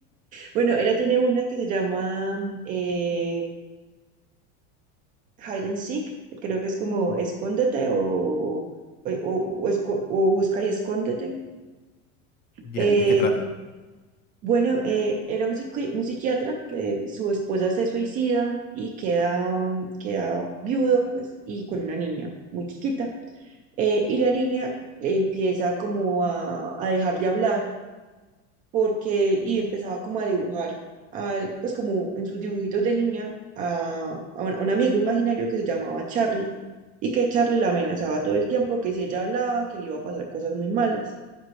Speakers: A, on the right; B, on the left.
A: Bueno, ella tiene una que se llama mm, eh, hide and seek, creo que es como escóndete o, o, o esco- o busca y escóndete.
B: ¿Y
A: Eh,
B: ahí de qué trata?
A: bueno, eh, era un, psiqui- un psiquiatra que su esposa se suicida y queda, queda viudo, pues, y con una niña muy chiquita. Eh, y la niña empieza como a, a dejar de hablar porque y empezaba como a dibujar, a- pues como en sus dibujitos de niña, a, a un, a un amigo imaginario que se llamaba Charlie y que Charlie la amenazaba todo el tiempo que si ella hablaba, que le iba a pasar cosas muy malas.